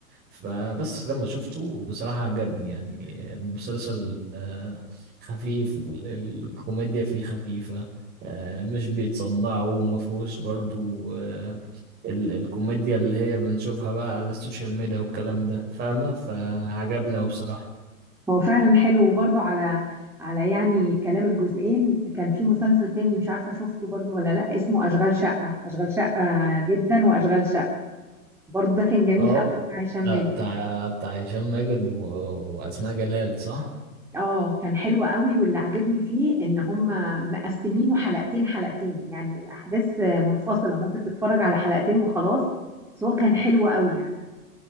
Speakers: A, on the right; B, in the centre.
A: فبس لما شفته بصراحه عجبني يعني آه، المسلسل آه، خفيف ال- ال- الكوميديا فيه خفيفه آه، مش بيتصنعوا وما فيهوش برضو آه، ال الكوميديا اللي هي بنشوفها بقى على السوشيال ميديا والكلام ده فاهمة فعجبنا وبصراحة
B: هو فعلا حلو وبرضه على على يعني كلام الجزئين كان في مسلسل تاني مش عارفة شفته برضه ولا لأ اسمه أشغال شقة أشغال شقة جدا وأشغال شقة برضه ده كان جميل
A: اه
B: قوي بتاع هشام ماجد
A: آه بتاع بتاع هشام ماجد و... وأسماء جلال صح؟
B: اه كان حلو قوي واللي عجبني فيه ان هم مقسمينه حلقتين حلقتين يعني الاحداث منفصله ممكن تتفرج على حلقتين وخلاص بس هو كان حلو قوي يعني